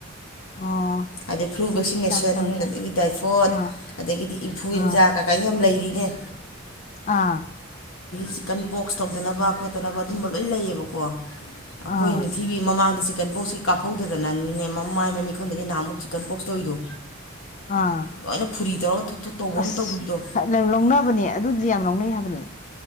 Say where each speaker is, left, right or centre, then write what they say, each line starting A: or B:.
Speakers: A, on the left; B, on the left.
A: ꯑꯣ
B: ꯑꯗꯩ ꯐ꯭ꯂꯨ ꯚꯦꯛꯁꯤꯅꯦꯁꯟ
A: ꯌꯥꯝ ꯇꯧꯔꯤꯖꯥꯠꯅꯤ
B: ꯑꯗꯒꯤ ꯗꯥꯏꯐꯣꯠ
A: ꯑꯥ
B: ꯑꯗꯒꯤꯗꯤ ꯏꯟꯐꯨꯏꯟꯖꯥ
A: ꯑꯥ
B: ꯀꯩꯀꯥ ꯌꯥꯝ ꯂꯩꯔꯤ ꯑꯦ
A: ꯑꯥ
B: ꯆꯤꯛꯀꯟ ꯕꯣꯛꯁ ꯇꯧꯗꯅꯕ ꯈꯣꯠꯇꯅꯕ ꯑꯗꯨꯝꯕ ꯂꯣꯏ ꯂꯩꯌꯦꯕꯀꯣ ꯑꯩꯈꯣꯏ
A: ꯑꯥ
B: ꯅꯤꯡꯊꯤꯕꯤ ꯃꯃꯥꯡꯗ ꯆ ꯆꯤꯀꯟꯐꯣꯛꯁꯀꯤ ꯀꯥꯞꯍꯧꯗꯅꯅꯤꯅꯦ ꯃꯃꯥꯏ ꯃꯃꯤꯠ ꯈꯪꯗꯒꯩ ꯅꯍꯥꯃꯨꯛ ꯆꯤꯛꯀꯟ ꯄꯣꯛꯁ ꯇꯧꯔꯤꯗꯣ
A: ꯑꯥ
B: ꯂꯣꯏꯅ ꯐꯨꯔꯤ ꯇꯧꯔꯒ ꯊꯣꯠ ꯊꯣꯠ ꯇꯧꯕ ꯑꯃ
A: ꯑꯁ
B: ꯇꯧꯈꯤꯕꯗꯣ
A: ꯂꯧꯅꯕꯅꯦ ꯑꯗꯨꯗꯤ ꯌꯥꯝ ꯂꯧꯅꯩ ꯍꯥꯏꯕꯅꯦ